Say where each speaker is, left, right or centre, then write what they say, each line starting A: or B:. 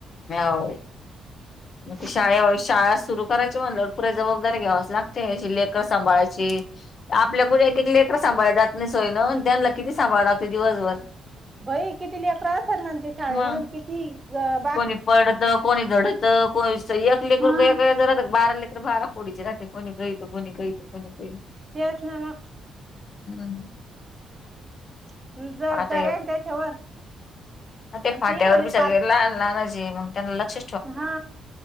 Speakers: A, on the left (about 35°); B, on the right (about 15°).
A: म्याऊ.
B: ह
A: म ते शाळे शाळा सुरु करायची म्हणलं पुढे जबाबदारी घ्यावाच लागते, अशी लेकर सांभाळायची. आपल्यापुढे एक- एक लेकर सांभाळल जात नाही सोईन, आणि त्यांला किती सांभाळला लागते दिवसभर.
B: होय किती लेकरे असात म्हनते शाळेवर,
A: मग
B: किती अ
A: कोणी पडत, कोणी झडतं, को एक लेकर
B: हा
A: एक वेळ <unintelligible> बारा लेकरु बारा होडीचे राहते, कोणी काई, त कोणी काई त, कोणी काई
B: तेच नव्ह.
A: हम्म.
B: मग जबाबदाऱ्या
A: आता
B: त्याच्यावर
A: ते
B: आणि
A: फाट्यावर
B: इकडे
A: बी सगळे
B: पाल
A: लाहान लाहान असे म्मग त्यांना लक्ष
B: हा.